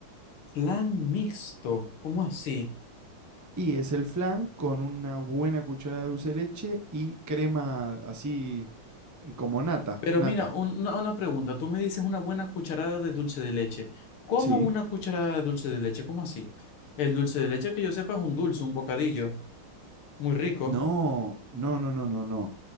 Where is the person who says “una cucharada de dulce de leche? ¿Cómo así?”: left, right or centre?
Left